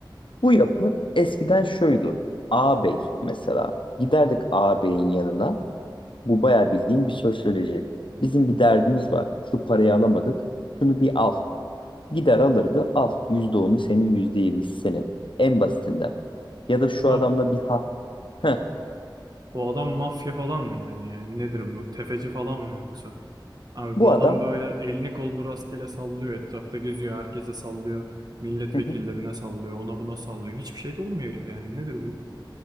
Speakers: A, on the left (about 80°); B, on the right (about 50°).
A: Bu yapı eskiden şuydu. Ağabey mesela giderdik ağabeyin yanına. Bu bayağı bildiğim bir sosyoloji. Bizim bir derdimiz var. Şu parayı alamadık. Şunu bir al. Gider alırdı. Al. Yüzde onu senin, yüzde yirmisi senin. En basitinden. Ya da şu
B: Abi
A: adamla
B: bu,
A: bir ha. Heh.
B: bu adam mafya falan mı yani? Yani nedir bu? Tefeci falan mı yoksa? Abi
A: Bu
B: bu
A: adam
B: adam böyle elini kolunu rastgele sallıyor. Etrafta geziyor. Herkese sallıyor. Milletvekillerine
A: Hı hı.
B: sallıyor. Ona buna sallıyor. Hiçbir şey de olmuyor herife yani. Nedir bu?